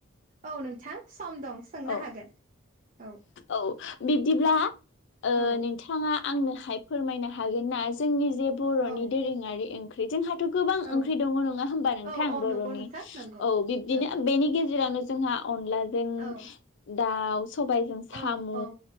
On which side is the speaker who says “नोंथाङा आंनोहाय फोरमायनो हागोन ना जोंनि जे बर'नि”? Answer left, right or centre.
Left